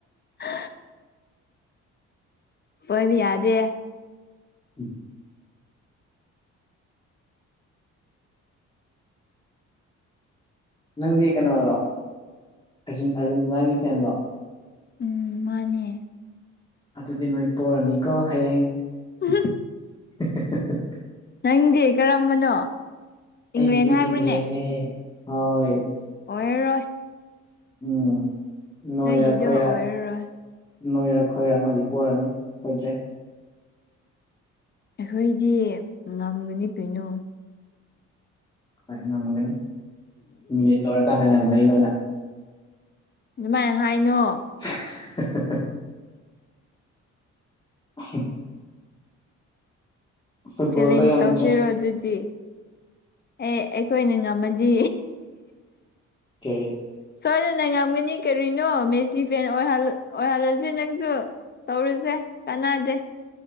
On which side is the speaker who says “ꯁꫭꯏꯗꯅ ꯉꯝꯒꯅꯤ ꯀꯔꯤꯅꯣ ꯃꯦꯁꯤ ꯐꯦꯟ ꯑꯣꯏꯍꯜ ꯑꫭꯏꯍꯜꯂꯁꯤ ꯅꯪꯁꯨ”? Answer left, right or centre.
Left